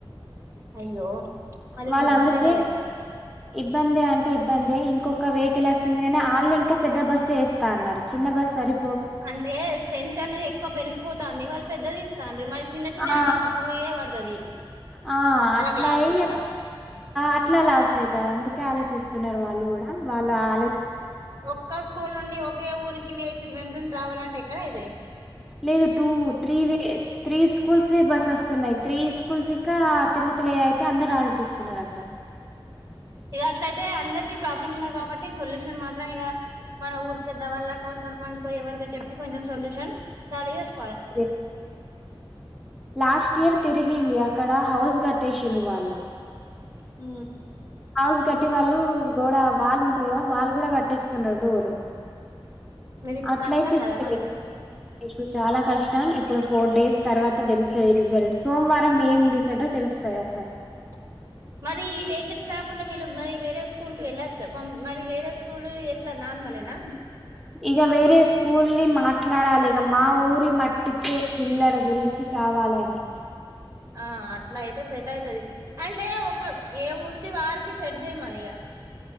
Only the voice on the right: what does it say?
అయ్యో మరి ఇప్పుడు
ఇబ్బందే
కదా ఇక మరి
అంటే స్ట్రెంత్ అనేది ఎక్కువ పెరిగిపోతంది వాళ్ళు పెద్దది ఇస్తన్నాడ్రు మయ్ చిన్న చిన్నయి
అంటే ఇప్పుడు టు య్యే పడుతది
అలా
క్లాస్ కదా
ఒక స్కూల్ నుండి ఒకే ఊరికి వెహికల్ రెండు రెండు రావాలంటే ఎక్కడ అయితాయి
ఇక అట్లయితే అందరికి ప్రాబ్లం ఉంది కాబట్టి సొల్యూషన్ మాత్రం ఇక మన ఊరు పెద్ద వాళ్ళకో సర్పంచ్ కో ఎవరికో చెప్పి కొంచెం సొల్యూషన్ సాల్వ్ చెస్
ఉ
మీరు ఇప్పుడు
కష్టం
కదా మరి
టు మరి ఈ వెహికల్స్ రాకుండా వీళ్లు మరి వేరే స్కూల్కి వెళ్ళచ్చు పామ్ మరి వేరే స్కూల్ ఎట్లా నా ర్మల్ ఏనా
ఆ అట్లా అయితే సెట్ అయితది అంటే ఒక ఏ ఊరు ది వారికి సెట్ చేయమను ఇక